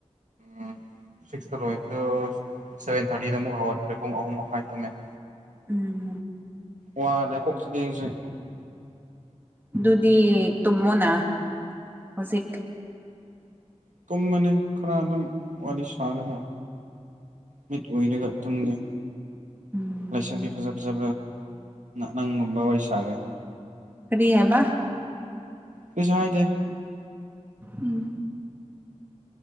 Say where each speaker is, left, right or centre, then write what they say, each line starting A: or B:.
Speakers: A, on the right; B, on the right.
A: ꯎꯝ ꯁꯤꯛꯁꯇ ꯂꯣꯏꯕꯗꯣ ꯁꯚꯦꯟ ꯊꯥꯔꯇꯤꯗ ꯑꯃꯨꯛ ꯍꯧꯒꯠꯈ꯭ꯔꯦ ꯄꯨꯡ ꯑꯍꯨꯝ ꯃꯈꯥꯏ ꯇꯝꯃꯦ
B: ꯎꯝ
A: ꯋꯥꯔꯦ꯫ꯀꯣꯛꯁꯤ ꯀꯦꯡꯁꯤ
B: ꯑꯗꯨꯗꯤ ꯇꯨꯝꯃꯣꯅ ꯍꯧꯖꯤꯛ
A: ꯇꯨꯝꯕꯅꯤ ꯈꯔ ꯑꯗꯨꯝ ꯋꯥꯔꯤ ꯁꯥꯔꯒ ꯃꯤꯠ ꯎꯏꯔꯒ ꯇꯨꯝꯒꯦ
B: ꯎꯝ
A: ꯂꯥꯩꯁꯥꯕꯤ ꯐꯖꯥ ꯐꯤꯖꯥ ꯅꯪꯒꯨꯝꯕ ꯋꯥꯔꯤ ꯁꯥꯒꯦ
B: ꯀꯔꯤ ꯍꯥꯏꯕ
A: ꯀꯩꯁꯨ ꯍꯥꯏꯗꯦ
B: ꯎꯝ